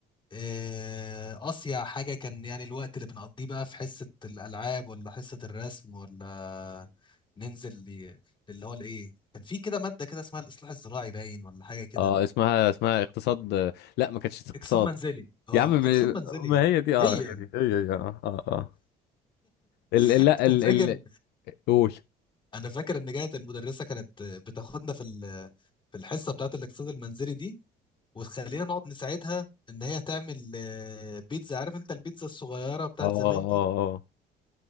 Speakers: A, on the left; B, on the left.
A: آه، أصيع حاجة كان يعني الوقت اللي بنقضيه بقى في حصة الألعاب ولا حصة الرسم ولا ننزل ل- اللي هو الإيه كان في كده مادة كده اسمها الإصلاح الزراعي باين ولا حاجة كده
B: اه اسمها اسمها اقتصاد آه، لا ما كانتش اقتصاد
A: اكسار منزلي اه
B: يا عم ب-
A: اقسام منزلي
B: ما هي دي اه
A: هي
B: هي دي هي هي اه اه اه ال ال-
A: <laughs>
B: لا ال
A: انا فاكر
B: ال قول
A: انا فاكر ان كانت المدرسه كانت بتاخدنا في ال- في الحصه بتاعت الاقتصاد المنزلي دي وتخلينا نقعد نساعدها ان هي تعمل آه، بيتزا عارف انت البيتزا الصغيره بتاعت
B: اه اه
A: زمان دي
B: اه آه.